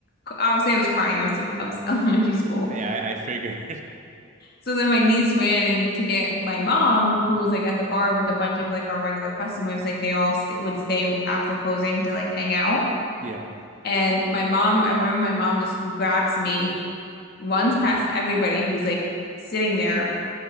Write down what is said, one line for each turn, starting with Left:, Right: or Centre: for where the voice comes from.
Left: c- obviously I was crying. I was I was <laughs> elementary school
Right: Yeah, I, I figured.
Left: So then my niece ran and to get my mom, who was like at the bar with a bunch of like our regular customers, like they all st would stay after closing to like hang out.
Right: <laughs> yeah.
Left: And my mom, I remember my mom just grabs me, runs past everybody who's like sitting there,